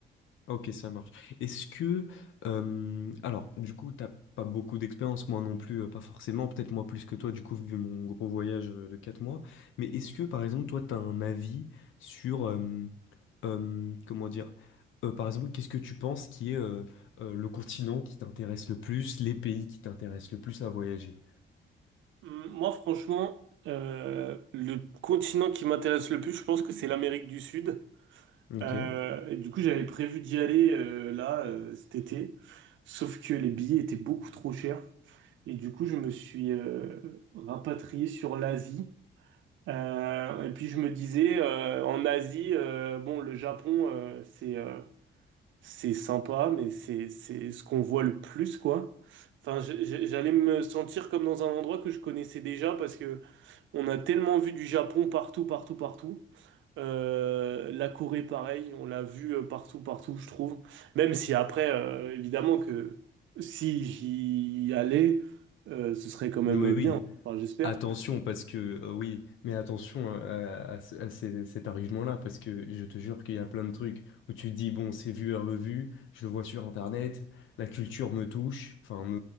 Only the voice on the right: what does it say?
Hum, Moi, franchement, euh, le continent qui m'intéresse le plus, je pense que c'est l'Amérique du Sud.
Euh, et du coup, j'avais prévu d'y aller euh, là euh, cet été, sauf que les billets étaient beaucoup trop chers. Et du coup, je me suis euh, rapatrié sur l'Asie. Euh, et puis, je me disais, euh, en Asie, euh, bon, le Japon, euh, c'est euh, c'est sympa, mais c'est c'est ce qu'on voit le plus, quoi. Enfin, je- je- j'allais me sentir comme dans un endroit que je connaissais déjà parce que on a tellement vu du Japon partout, partout, partout. Euh, la Corée, pareil, on l'a vu euh, partout, partout, je trouve. Même si après, euh, évidemment que si j'y allais, euh, ce serait quand même
bien. Enfin, j'espère.